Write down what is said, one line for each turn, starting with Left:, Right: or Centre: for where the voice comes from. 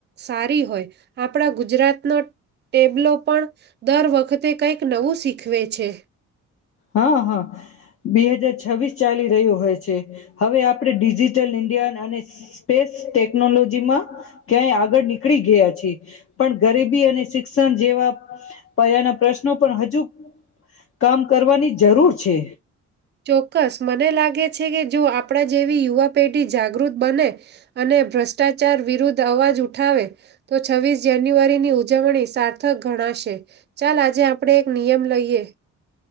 Right: સારી હોય આપણા ગુજરાતનો ટેબ્લો પણ દર વખતે કઈક નવું શીખવે છે
Left: હા હા બે હજાર છવ્વીસ ચાલી રહ્યો હોય છે હવે આપણે ડિજિટલ ઇન્ડિયા અને સ્પેસ ટેકનોલોજી માં ક્યાંય આગળ નીકળી ગયા છીએ પણ ગરીબી અને શિક્ષણ જેવા પયાના પ્રશ્નો પણ હજુ કામ કરવાની જરૂર છે
Right: ચોક્કસ મને લાગે છે કે જો આપણા જેવી યુવા પેઢી જાગૃત બને અને ભ્રષ્ટાચાર વિરુદ્ધ અવાજ ઉઠાવે તો છવ્વીસ જાન્યુઆરીની ઉજવણી સાર્થક ગણાશે ચાલ આજે આપણે એક નિયમ લઈએ